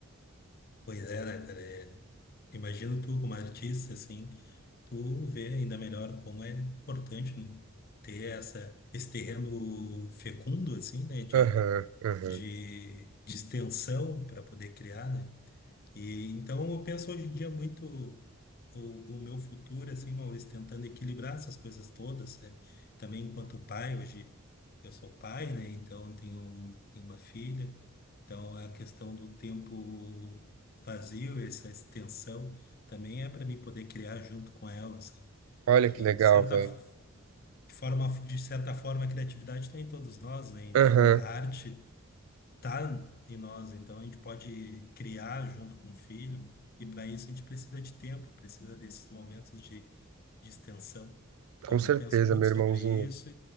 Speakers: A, on the left; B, on the right.
A: Pois é, né, cara? É, Imagino tu como artista, assim, tu vê ainda melhor como é importante, né? Ter essa, esse terreno fecundo, assim, né? De,
B: Aham, aham.
A: de, de extensão para poder criar, né? E então eu penso hoje em dia muito o, o meu futuro, assim, Maurício, tentando equilibrar essas coisas todas, né? Também enquanto pai, hoje eu sou pai, né? Então eu tenho, tenho uma filha, então a questão do tempo vazio, essa extensão, também é para mim poder criar junto com ela, sabe?
B: Olha
A: Que
B: que legal,
A: de certa
B: velho.
A: f- forma, de certa forma, a criatividade está em todos nós, né? Então
B: Aham,
A: a arte tá em nós, então a gente pode criar junto com o filho, e para isso a gente precisa de tempo, precisa desses momentos de, de extensão. Então,
B: com certeza,
A: eu penso muito
B: meu
A: sobre
B: irmãozinho.
A: isso